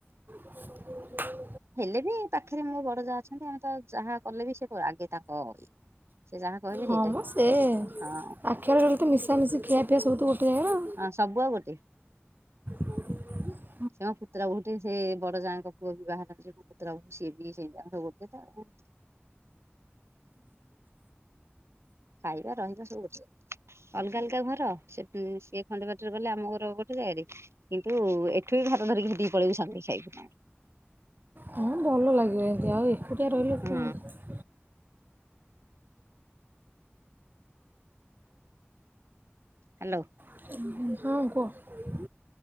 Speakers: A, on the right; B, on the right.
A: <unintelligible>
B: ହେଲେ ବି ପାଖରେ ମୋ ବଡ ଯାହା ଅଛନ୍ତି ଆମେ ତ ଯାହା କଲେ ବି ସେ ଆଗେ ତାଙ୍କ ସେ ଯାହା କହିବେ
A: ହଁ
B: ସେଇଟା
A: ମଁ
B: ହିଁ
A: ସେ
B: ହଁ
A: ପାଖେରେ ରୁଅନ୍ତି ମିଶା ମିଶି ଖିଆ ଫିଆ ସବୁ ତ ଗୋଟେ ଜାଗାରେ ଆଉ
B: ହଁ ସବୁ ଆଉ ଗୋଟେ
A: <unintelligible>
B: ସେ ମୋ ପୁତୁରା ବୋହୂ ଟେ ସେ ବଡ଼ ଯାଙ୍କ ପୁଅ ବିବାହାର ଯିବ ପତୁରା ବୋହୂ ସିଏ ବି ସେ ଯା ର ଗୋଟେ ତ ଆଉ ଖାଇବା ରହିବା ସବୁ ଗୋଟେ ଅଲଗା ଅଲଗା ଘର ସେ ସିଏ ଖଣ୍ଡେ ବାଟରେ ଗଲେ ଆମ ଘର ଗୋଟେ ଜାଗାରେ କିନ୍ତୁ ଏଠୁ ବି ଘର ଧରିକିି ହେଠିକି ପଳେଇବି ଶାନ୍ତିରେ ଖାଇକିନା
A: ହଁ ଭଲ ଲାଗେ ଆଉ ଏକୁଟିଆ ରହିଲେ ଆଉ
B: ହଁ
A: କଣ
B: ହାଲୋ
A: ହଁ ହଁ କୁଅ